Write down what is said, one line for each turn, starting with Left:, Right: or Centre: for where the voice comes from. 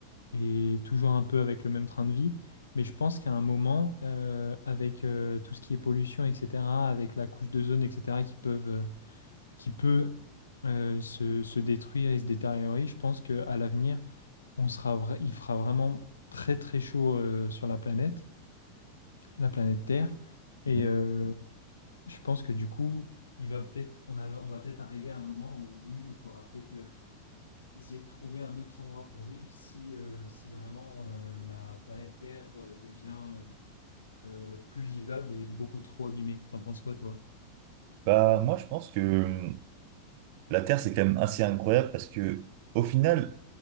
Left: et toujours un peu avec le même train de vie. Mais je pense qu'à un moment, euh, avec euh, tout ce qui est pollution, etc., avec la couche d'ozone, etc., qui peuvent, euh, qui peut euh, se, se détruire et se détériorer, je pense qu'à l'avenir, on sera, vra- il fera vraiment très très chaud euh, sur la planète, la planète Terre. Et,
Right: Mhm.
Left: euh, je pense que du coup, il va peut-être, on a- on va peut-être arriver à un moment où oui, il faudra peut-être euh, essayer de trouver un autre endroit pour vivre si, euh, si vraiment euh, la planète Terre euh, devient euh, euh, plus vivable et beaucoup trop abîmée. T'en penses quoi, toi?
Right: Bah moi, je pense que La Terre, c'est quand même assez incroyable parce que, au final,